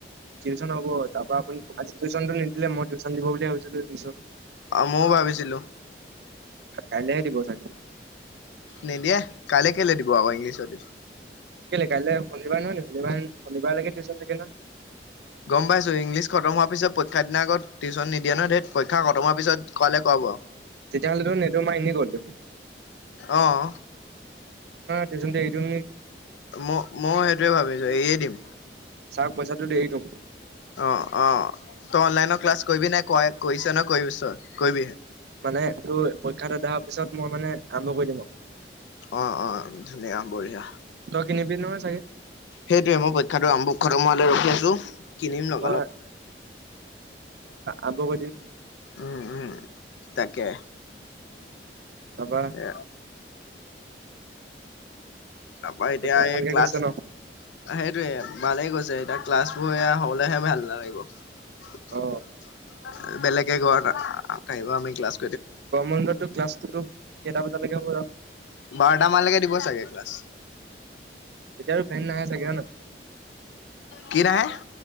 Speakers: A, on the right (about 65°); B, on the left (about 85°).
A: টিউচন হব তাৰ পৰা আপু আজি টিউ্যনটো নিদিলে মই টউশ্যন দিব বুলি ভাবিছিলো পিছত
B: মইও ভাবিছিলো
A: কাইলেেৰি বতাগি
B: নিদিয়ে কাইলৈ কেলৈ দিব আকৌ ইংলিছততে
A: কেলে কাইলৈ শনবাৰ নহ নে হবাৰ হনিবাৰ লাগে িউচন থাকে ন
B: গম পাইছো ইংলিছ খতম হোৱাৰ পিছত পৰীক্ষাৰ দিনা আগত টিউচন নিদিয়ে ন েইৰ পৰীক্ষ খম হোৱাৰ পিছত কোৱালে কোৱা বু
A: তেতিয়াহ'লেতো নেটৰ মাৰ এনেই গ'ল দেখোন
B: আহ
A: টো
B: ম মই সেইটোয়ে ভাবিছো এৰিয়ে দিম
A: চওক পইচাটো দেৰিটো
B: অ অ তই অনলাইনৰ ক্লাছ কৰিবি নাই ক কছ ন কৰিবি চ কৰিবিহ
A: মানে তোৰ পৰীক্ষাটো দোৰ পিছত মই মানে আৰম্ভ কৰি দিম আৰু
B: অ অ ধুনীয়া বঢ়িয়া
A: কিনে বিি ন চাগে
B: সেইটোৱে মই পক্ষটোমোৱৈ ৰখি আছো কিনিমল
A: মই আবব দিিম
B: উম উম তাকে
A: তাৰপৰা
B: এ তাৰপা এতিয়া
A: পৰীক্ষা ভালকে
B: এই ক্লাছ
A: গৈছে ন
B: সেইটোয়ে ভালেই গৈছে এতিাক ক্লাছবোৰ এয়া হলেহে ভাল নালাগিব
A: অ
B: বেলেগে ঘৰতিবা আমি ক্লাছ
A: গৰম বন্ধতো ক্লাছটোতো কেইটা বজালৈকে হ'ব জানো
B: বাৰটাামান লকে দিব চাগে ক্লাছ
A: তেতিয়াতো ভেন নাহে চাগে হয় নহয়
B: কি নাহে